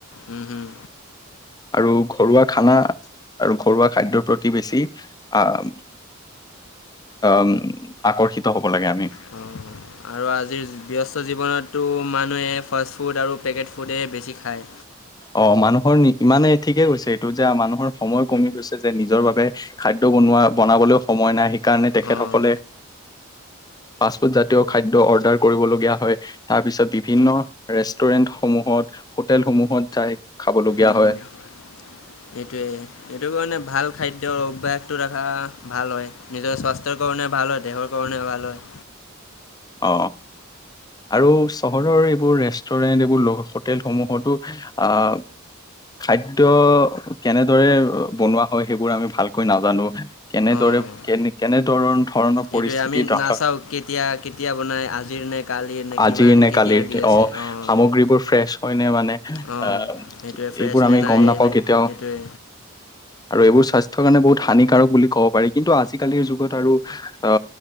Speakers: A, on the left; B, on the left.
A: উম, হুম।
B: আৰু ঘৰুৱা খানা আৰু ঘৰুৱা খাদ্যৰ প্ৰতি বেছি আহ উম আকৰ্ষিত হ'ব লাগে আমি।
A: অ' আৰু আজিৰ ব্যস্ত জীৱনততো মানুহে ফাষ্ট ফুড আৰু পেকেট ফুডেই বেছি খায়।
B: অ মানুহৰ ইমানে ঠিকে গৈছে এইটো যে মানুহৰ সময় কমি গৈছে যে নিজৰ বাবে। খাদ্য বনোৱা বনাবলৈও সময় নাই সেইকাৰণে তেখেতসকলে
A: অ'
B: ফাষ্টফুড জাতীয় খাদ্য অৰ্ডাৰ কৰিবলগীয়া হয়। তাৰপিছত বিভিন্ন ৰেষ্টুৰেন্ট সমূহত হোটেলসমূহত যাই খাবলগীয়া
A: উম
B: হয়
A: হম এইটোৱে এইটো কাৰণে ভাল খাদ্যৰ অভ্যাসটো ৰখা ভাল হয় নিজৰ স্বাস্থ্যৰ কাৰণে ভাল হয় দেহৰ কাৰণে ভাল হয়।
B: <unintelligible> অ আৰু চহৰৰ এইবোৰ ৰেষ্টুৰেণ্ট এইবোৰ হোটেলসমূহতো আহ খাদ্য কেনেদৰে বনোৱা হয় সেইবোৰ আমি ভালকৈ নাজানো। কেনেদৰে
A: অঁ
B: কেনে কেনেদৰ ধৰণৰ
A: এইটোৱে
B: পৰিস্থিতিত
A: আমি
B: ৰাখা
A: নাচাওঁ কেতিয়া কেতিয়া বনাই আজিৰ নে কালিৰ নে
B: আজিৰ
A: কিমান
B: নে
A: কেতিয়া
B: কালিৰ
A: দি আছে
B: অ
A: অঁ
B: সামগ্ৰীবোৰ ফ্ৰেছ হয় নে মানে।
A: অঁ
B: আহ
A: সেইটোৱে ফ্ৰেছ
B: এইবোৰ আমি
A: নে নাই
B: গম নাপাওঁ
A: নাই
B: কেতিয়াও
A: সেইটোৱে
B: আৰু এইবোৰ স্বাস্থ্য কাৰণে বহুত হানিকাৰক বুলি কয়। কব পাৰি কিন্তু আজি কালিৰ যুগত আৰু অ